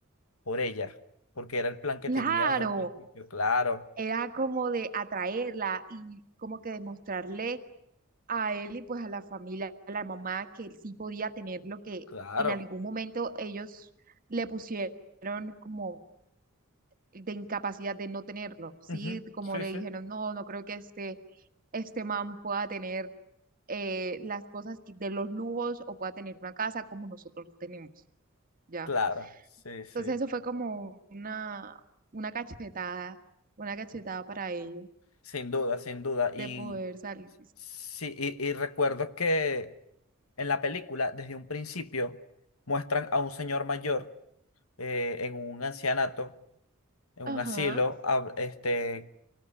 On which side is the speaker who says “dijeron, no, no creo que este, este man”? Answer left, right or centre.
Right